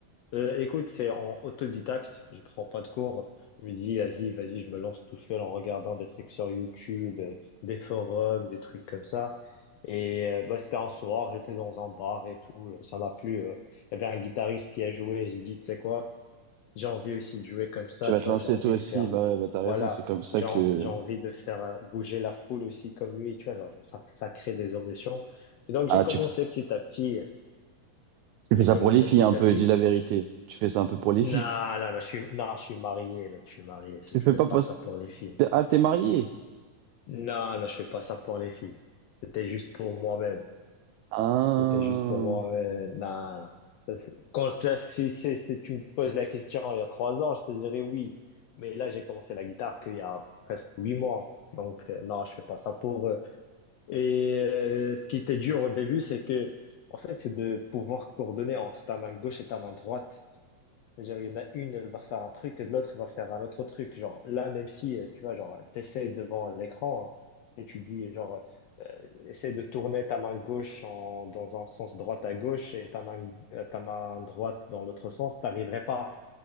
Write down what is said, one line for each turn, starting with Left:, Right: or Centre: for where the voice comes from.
Left: Euh, écoute, c'est en autodidacte. Je prends pas de cours. Je me dis, vas-y, vas-y, je me lance tout seul en regardant des trucs sur YouTube, euh, des forums, des trucs comme ça. Et euh, bah, c'était un soir, j'étais dans un bar et tout. euh, Ça m'a plu. euh. Il y avait un guitariste qui a joué. J'ai dit, tu sais quoi, j'ai envie aussi de jouer comme ça.
Right: Tu vas
Left: Tu
Right: te
Left: vois,
Right: lancer
Left: j'ai envie
Right: toi aussi,
Left: de faire,
Right: bah ouais, bah t'as raison,
Left: voilà,
Right: c'est comme ça
Left: j'ai
Right: que...
Left: en- j'ai envie de faire euh, bouger la foule aussi comme lui. Tu vois, genre, ça, ça crée des ambitions. Et donc
Right: Ah,
Left: j'ai commencé
Right: tu, f-
Left: petit à petit.
Right: tu
Left: J'ai
Right: fais ça
Left: commencé
Right: pour les filles
Left: petit
Right: un peu,
Left: à petit.
Right: dis la vérité. Tu fais ça un peu pour les
Left: Non,
Right: filles.
Left: non, non, je suis, non, je suis marié, mec, je suis marié. Je
Right: Tu fais
Left: fais
Right: pas
Left: pas
Right: parce...
Left: ça pour les filles.
Right: Ah, t'es marié?
Left: Non, non, je fais pas ça pour les filles. C'était juste pour moi-même.
Right: Ah,
Left: C'était juste pour moi-même. Non, non. Ça, c'est- Quand, t'as- si, si, si tu me poses la question il y a trois ans, je te dirais oui. Mais là, j'ai commencé la guitare qu'il y a presque huit mois. Donc, euh, non, je fais pas ça pour eux. Et euh, ce qui était dur au début, c'est que, en fait, c'est de pouvoir coordonner entre ta main gauche et ta main droite. C'est-à-dire, il y en a une, elle va faire un truc, et l'autre va faire un autre truc. Genre, là, même si, euh, tu vois, genre, t'essaies devant l'écran hein, et tu dis, genre, euh, essaie de tourner ta main gauche en, dans un sens droite à gauche et ta main, euh, ta main droite dans l'autre sens, t'arriverais pas.